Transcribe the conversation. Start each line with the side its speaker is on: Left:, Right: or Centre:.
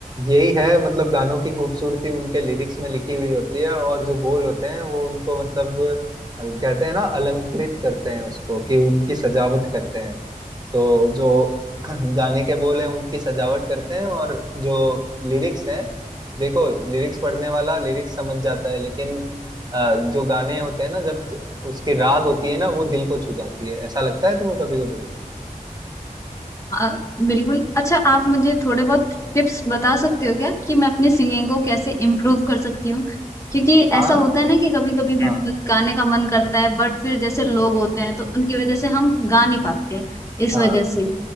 Right: यही है मतलब गानों की खूबसूरती उनके लिरिक्स में लिखी हुई होती है और जो बोल होते हैं वो उनको मतलब अ, कहते हैं ना अलंकृत करते हैं उसको कि उनकी सजावट करते हैं तो जो <clears throat> गाने के बोल हैं उनकी सजावट करते हैं और जो लिरिक्स हैं देखो लिरिक्स पढ़ने वाला लिरिक्स समझ जाता है लेकिन अ, जो गाने होते हैं ना जब ज- उसकी राग होती है ना वो दिल को छू जाती है ऐसा लगता है तुम्हें कभी कभी
Left: हाँ बिल्कुल अच्छा आप मुझे थोड़े बहुत टिप्स बता सकते हो क्या कि मैं अपनी सिंगिंग को कैसे इम्प्रूव कर सकती हूँ क्योंकि
Right: हाँ
Left: ऐसा होता है ना कि कभी कभी
Right: हाँ
Left: गाने का मन करता है बट फिर जैसे लोग होते हैं तो उनकी वजह से हम गा नहीं पाते हैं इस
Right: हाँ
Left: वजह से